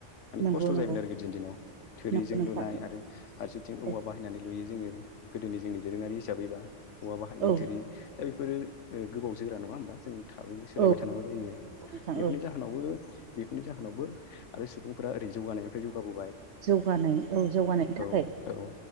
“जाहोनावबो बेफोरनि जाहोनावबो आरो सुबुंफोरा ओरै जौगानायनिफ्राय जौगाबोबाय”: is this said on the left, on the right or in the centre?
Left